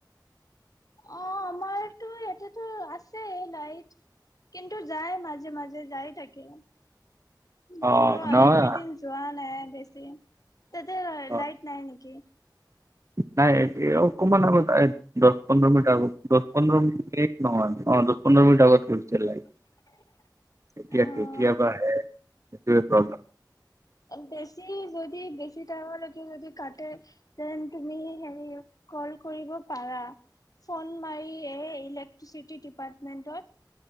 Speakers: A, on the left; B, on the right.
A: অ আমাৰতো ইয়াতেতো আছে লাইট কিন্তু যাই মাজে মাজে যাই থাকে
B: অ
A: কিন্তু
B: নহয়
A: এইকেইদিন যোৱা নাই বেছি ততে
B: অ
A: লাইট নাই নেকি
B: নাই অকমান আগত আহিছে দশ পোন্ধৰ মিনিট আগত দছ পোন্ধৰ মিনিট নহয় অ দহ পোন্ধৰ মিনিট আগত ফছে লাইট
A: <unintelligible>
B: এতিয়া
A: অ',
B: কেতিয়াবা হে সেইটোৱে প্ৰব্লেম
A: বেছি যদি বেছি টাইম লৈকে যদি কাটে যেন তুমি হেৰি কল কৰিব পাৰা ফোন মাৰি এ ইলেক্ট্ৰিচিটি ডিপাৰ্টমেন্টত